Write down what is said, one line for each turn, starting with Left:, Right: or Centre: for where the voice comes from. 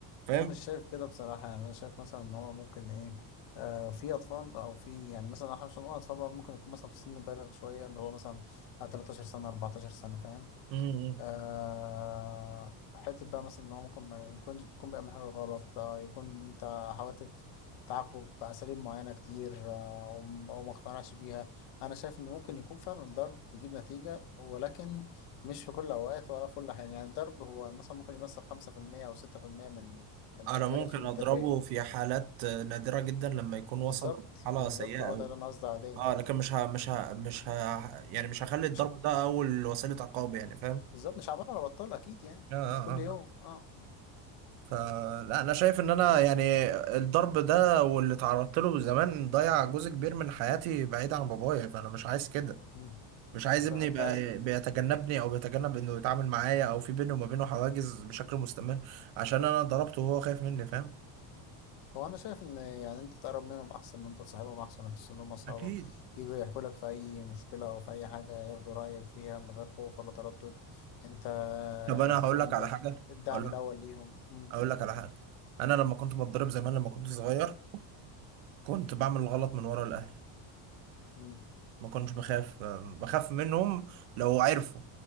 Right: فاهم
Left: انا مش شايف كده بصراحه يعني انا شايف مثلا ان هو ممكن ايه آه في اطفال او في يعني مثلا احنا مش هنقول اطفال بقى، ممكن يكون مثلا في سن بالغ شويه اللي هو مثلا 13 سنه 14 سنه فاهم
Right: مم.
Left: آه حتة بقى مثلا إن هو ممكن ما يكونش تكون بيعمل حاجة غلط آه يكون أنت حاولت تعاقبه بأساليب معينة كتير آه وم- وما اقتنعش بيها أنا شايف إن ممكن يكون فعلا الضرب بيجيب نتيجة ولكن مش في كل الأوقات ولا في كل الأحيان يعني الضرب هو مثلا ممكن يمثل خمسة في المية أو ستة في المية من من
Right: انا
Left: إجمالي
Right: ممكن
Left: أسلوب
Right: اضربه
Left: التربية
Right: في حالات نادرة جدا لما يكون وصل
Left: بالظبط
Right: لمرحلة
Left: بالظبط
Right: سيئة
Left: هو
Right: قوي
Left: ده اللي أنا قصدي عليه
Right: اه لكن مش ه... مش ه... مش ه... يعني مش هخلي الضرب
Left: مش
Right: ده اول وسيلة عقاب يعني فاهم
Left: بالظبط مش عمال على بطال أكيد يعني
Right: آه آه
Left: مش كل يوم
Right: آه.
Left: أه
Right: فلا انا شايف ان انا يعني الضرب ده واللي اتعرضت له زمان ضيع جزء كبير من حياتي بعيد عن بابايا فانا مش عايز كده
Left: مم.
Right: مش
Left: مم.
Right: عايز
Left: فأنت
Right: ابني يبقى
Left: عايز
Right: بيتجنبني او بيتجنب انه يتعامل معايا او في بيني وما بينه حواجز بشكل مستمر عشان انا ضربته وهو خايف مني فاهم
Left: هو انا شايف ان يعني انت تقرب منهم احسن ان انت تصاحبهم احسن يحس ان هم اصحابك
Right: اكيد
Left: يجوا يحكوا لك في اي مشكله او في اي حاجه ياخدوا رايك فيها من غير خوف ولا تردد انت
Right: طب انا هقول
Left: بتكون
Right: لك على
Left: ده
Right: حاجه
Left: الدعم
Right: اقول
Left: الاول
Right: لك
Left: ليهم مم.
Right: اقول لك على حاجه انا لما كنت بتضرب زمان لما كنت صغير كنت بعمل غلط من ورا الاهل
Left: مم.
Right: ما كنتش بخاف بخاف منهم لو عرفوا